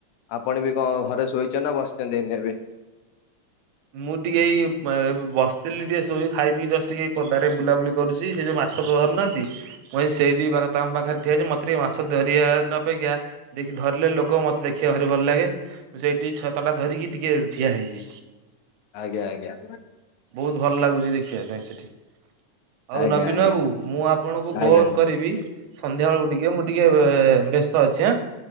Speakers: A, on the left (about 85°); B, on the right (about 80°).
A: ଆପଣ ବି କଣ ଘରେ ଶୋଇଛନ୍ତି ନା ବସିଛନ୍ତି ଏଇନେ ଏବେ
B: ହ <inaudible> ମୁଁ ଟିକେ ବସିଥିଲି ଟିକେ ଶୋଇ ଖାଇ ପି ଜଷ୍ଟ ଟିକେ ପଦାରେ ବୁଲାବୁଲି କରୁଛି ସେ ଯୋଉ ମାଛ ଧରିନାହାନ୍ତି ମୁଁ ସେଇଠି ତାଙ୍କ ପାଖରେ ଠିଆ ହୋଇଛି ମତେ ଟିକେ ମାଛ ଧରିବା ଅପେକ୍ଷା ଧରିଲେ ଲୋକ ମତେ ଦେଖିବା ଭାରି ଭଲ ଲାଗେ ମୁଁ ସେଇଠି ଛତାଟା ଧରିକି ଟିକେ ଠିଆ ହେଇଛି
A: ଆଜ୍ଞା ଆଜ୍ଞା
B: ବହୁତ ଭଲ ଲାଗୁଛି ଦେଖିବା ପାଇଁ ସେଠି ହଉ
A: ଆଜ୍ଞା
B: ନବୀନ
A: ଆଜ୍ଞା
B: ବାବୁ ମୁଁ ଆପଣଙ୍କୁ ଫୋନ
A: ଆଜ୍ଞା
B: କରିବି ସନ୍ଧ୍ୟା ବେଳକୁ ଟିକେ ମୁଁ ଟିକେ ବ୍ୟସ୍ତ ଅଛି ଆଁ।